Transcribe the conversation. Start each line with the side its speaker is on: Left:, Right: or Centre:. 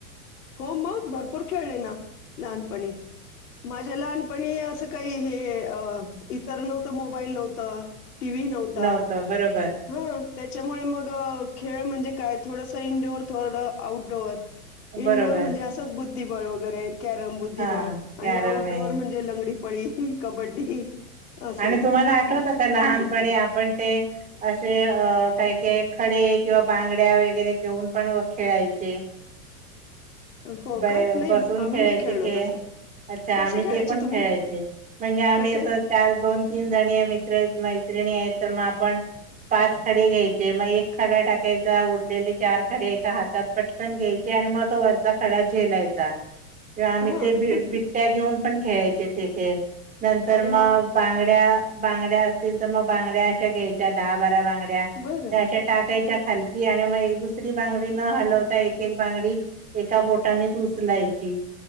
Left: हो मग भरपूर खेळले ना लहानपणी माझ्या लहानपणी असं काही हे इतर नव्हतं मोबाईल नव्हतं. टी व्ही नव्हता,
Right: नव्हतं बरोबर.
Left: हं त्याच्यामुळे मग खेळ म्हणजे काय थोडंस इंडोअर थोडं आउटडोअर इनडोअर
Right: बरोबर
Left: म्हणजे असंच बुद्धिबळ वगैरे कॅरम बुद्धिबळ
Right: हा कॅरम
Left: आणि आऊउटडोअर
Right: आहे
Left: म्हणज जे लंगडी पळी, कबड्डी असे
Right: आणि
Left: काय
Right: तुम्हाला आठवतं का लहानपणी
Left: बॅडमिंटन
Right: आपण ते असे अ काय काय खडे किंवा बांगड्या वगैरे घेऊन पण खेळायचे.
Left: हो
Right: ब
Left: का? नाही
Right: बसून
Left: आम्ही
Right: खेळायचे
Left: नाही खेळलो
Right: खेळ.
Left: तसं.
Right: अच्छा
Left: कसे
Right: आम्ही
Left: खेळायचे
Right: ते पण
Left: तुम्ही?
Right: खेळायचे म्हणजे आम्ही
Left: कसे?
Right: अस चार दोन तीन जणी मित्र मैत्रिणी आहेत तर मग आपण पाच खडे घ्यायचे मग एक खडा टाकायचा उरलेले चार खडे एका हातात पटकन घ्यायची आणि मग तो वरचा खडा झेलायचा. किंवा आम्ही
Left: हां.
Right: ते बि बिबट्या घेऊन पण खेळायचे ते खेळ नंतर
Left: अरे
Right: मग
Left: वाह!
Right: बांगड्या बांगड्या असतील तर मग बांगड्या अशा घ्यायच्या दहा बारा बांगड्या
Left: बरं.
Right: अशा टाकायच्या खालती आणि मग एक दुसरी बांगडी न हलवता एक एक बांगडी एका बोटानेच उचलायची